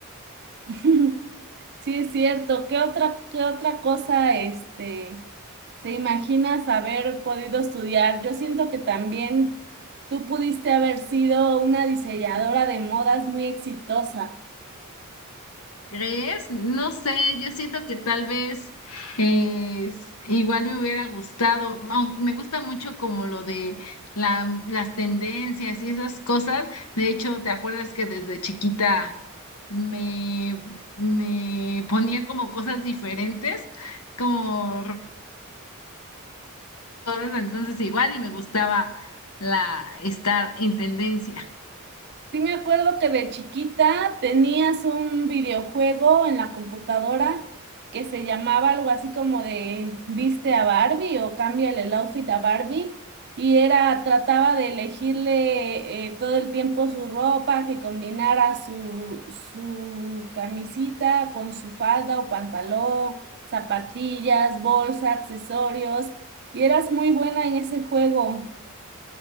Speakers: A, on the right; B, on the left.
A: <laughs> Sí, es cierto. ¿Qué otra, qué otra cosa, este, te imaginas haber podido estudiar? Yo siento que también tú pudiste haber sido una diseñadora de modas muy exitosa.
B: ¿Crees? No sé, yo siento que tal vez eh, s- igual me hubiera gustado, no, me gusta mucho como lo de la- las tendencias y esas cosas. De hecho, ¿te acuerdas que desde chiquita me, me ponía como cosas diferentes, como cosas entonces igual y me gustaba la estar en tendencia?
A: Sí me acuerdo que de chiquita tenías un videojuego en la computadora que se llamaba algo así como de viste a Barbie o cámbiale el outfit a Barbie y era trataba de elegirle eh, todo el tiempo su ropa que combinara su su camisita con su falda o pantalón, zapatillas, bolsa, accesorios y eras muy buena en ese juego.